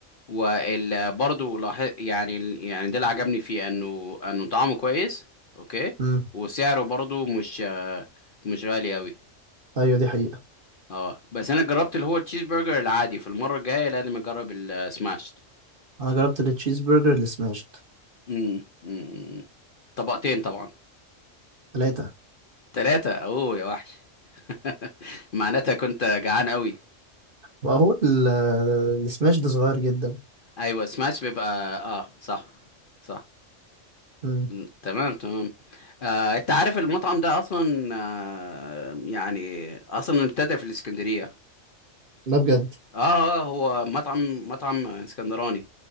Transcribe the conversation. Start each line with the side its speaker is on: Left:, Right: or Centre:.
Left: وال برضه لاحظ يعني ال- يعني ده اللي عجبني فيه انه انه طعمه كويس اوكي
Right: امم
Left: وسعره برضه مش آه، مش غالي قوي
Right: ايوه دي حقيقة
Left: اه بس انا جربت اللي هو التشيز برجر العادي في المره الجايه لازم اجرب السماش
Right: انا جربت التشيز برجر السماشد
Left: امم أمم. طبقتين طبعا
Right: ثلاثة
Left: ثلاثة اوه يا وحش <laughs> معناتها كنت جعان قوي
Right: واهو ال- آه، السماشد صغير جدا
Left: ايوه سماش بيبقى اه صح صح
Right: امم
Left: م، تمام تمام آه، انت عارف المطعم ده اصلا آه، يعني اصلا ابتدى في الاسكندرية
Right: لا بجد
Left: اه آه، هو مطعم مطعم اسكندراني